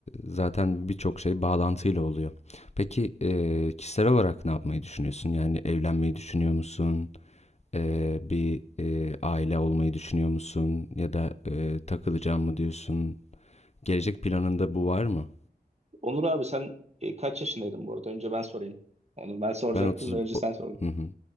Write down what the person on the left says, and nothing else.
zaten birçok şey bağlantıyla oluyor. Peki, eee, kişisel olarak ne yapmayı düşünüyorsun? Yani evlenmeyi düşünüyor musun? Eee, bir, eee, aile olmayı düşünüyor musun? Ya da, eee, takılacağım mı diyorsun? Gelecek planında bu var mı?
Ben 30
o
Hı hı.